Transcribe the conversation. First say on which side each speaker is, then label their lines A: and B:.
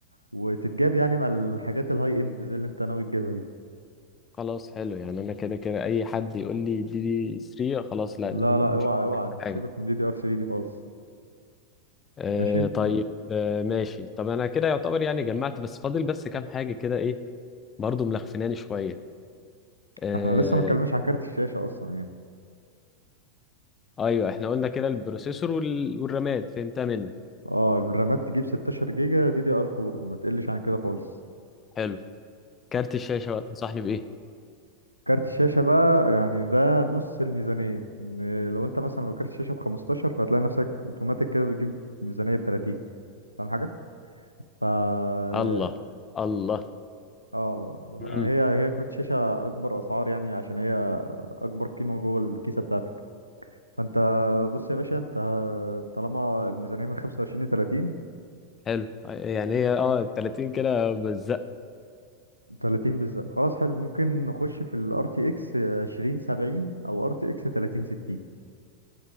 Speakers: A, on the right (about 80°); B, on the left (about 25°).
A: وتتجاب يعني مع الحاجات الهاي اند زي اللي انت ناوي تجيبها دي
B: خلاص حلو يعني انا كده كده اي حد يقول لي دي دي 3 خلاص لا
A: لا
B: أنا
A: لا اوعى
B: مش
A: اوعى
B: حاجه
A: سيبك من الدي دي ار 3 دي خالص
B: آه
A: ماشي
B: طيب آه ماشي طب انا كده يعتبر يعني جمعت بس فاضل بس كام حاجه كده ايه برضو ملخفناني شويه آه
A: احنا لسه ما اتكلمناش عن كارت الشاشه اصلا يعني
B: ايوه احنا قلنا كده البروسيسور وال- والرامات فهمتها منك
A: اه الرامات تجيب 16 جيجا دي دي ار 4 ما تقلش عن كده خالص
B: حلو كارت الشاشه بقى تنصحني بايه
A: كارت الشاشة بقى يعني ده نص الميزانية إن لو انت مثلا لو كارت الشاشة ب 15 فهتلاقي نفسك اوتوماتيك كده بتجيب ميزانية ب 30 فاهم حاجة؟ ف اه
B: الله الله
A: اه
B: امم
A: هي هي كروت شاشة أكبر أسعار يعني عشان هي أكبر قيمة جوه الكيسة بتاعتك فأنت بص يا باشا أنت طالما الميزانية من 25 ل 30
B: حلو يعني هي اه 30 كده بس
A: 30 بالظبط خلاص حلو ممكن نخش في ال RTX 2070 أو RTX 3060